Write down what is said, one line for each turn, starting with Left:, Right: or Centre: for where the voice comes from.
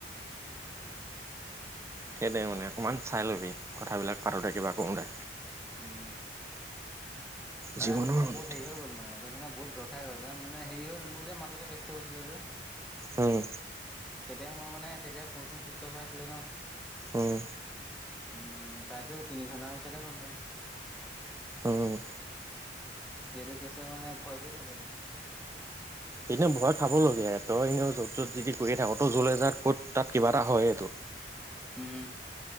Right: সেইটোয়ে মানে অকণমান চাই ল'বি কথাবিলাক পাতোঁতে কিবা কৰোঁতে।
Centre: উম তাই
Right: জীৱনৰ
Centre: আজি মানে
Right: অন্তিম
Centre: বহুত হেৰি হৈ গল মানে, ত' মানে বহুত ভয় খাই গল কাৰণ মানে হেৰি হল মোৰ যে মাজতে কেছটো হৈছিলে যে
Right: উম,
Centre: তেতিয়া মই মানে তেতিয়া ফোনচোন চুইচদ অফ হৈ আছিলে ন'।
Right: উম
Centre: উম, তাইতো তিনি ঘণ্টা মান পিছতহে গম পায়।
Right: উম,
Centre: সেইটো কেছে মানে ভয় কৰি থাকে মানে
Right: এনে ভয় খাবলগীয়া, তই এনেও য'ত য'ত যিতি কৰিয়ে থাক, তই য'লে যাত ক'ত তাত কিবা এটা হয়ে তোৰ।
Centre: উম,